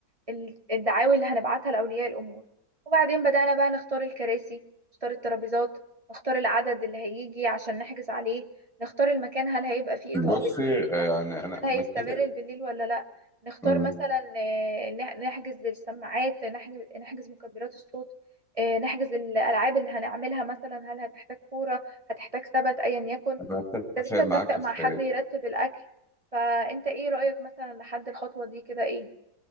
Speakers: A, on the right; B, in the centre.
A: ال- الدعاوي اللي هنبعتها لأولياء الأمور وبعدين بدأنا بقى نختار الكراسي نختار الترابيزات نختار العدد اللي هيجي عشان نحجز عليه نختار المكان هل هيبقى فيه إضاءة
B: بصي
A: بالليل ولا
B: آه، يعني أنا
A: هل
B: متفق
A: هيستمر بالليل ولا لا نختار
B: مم.
A: مثلا آه، نح- نحجز السماعات نحجز نحجز مكبرات الصوت آه، نحجز الألعاب اللي هنعملها مثلا هل هتحتاج كورة هتحتاج ثبت أيا يكن
B: أنا متفق
A: ابتديت اتفق
B: معاك
A: مع
B: في
A: حد يرتب الاكل فانت ايه رأيك مثلا لحد الخطوة دي كده ايه